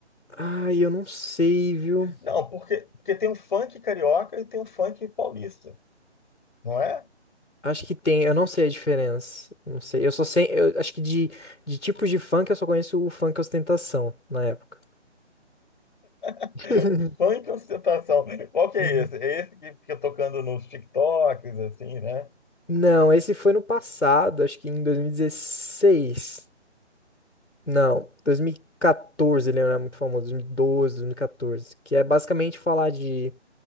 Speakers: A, on the left (about 85°); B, on the left (about 45°).
A: Ai, eu não sei, viu?
B: Não, porque, porque tem um funk carioca e tem um funk paulista, não é?
A: Acho que tem, eu não sei a diferença. Não sei. Eu só sei, eu acho que de, de tipos de funk eu só conheço o funk ostentação na época.
B: <laughs>
A: <laughs>
B: Funk ostentação. Qual que é
A: Uhum.
B: esse? É esse que fica tocando nos TikToks, assim, né?
A: Não, esse foi no passado, acho que em 2016. Não, 2014 ele era muito famoso, 2012, 2014, que é basicamente falar de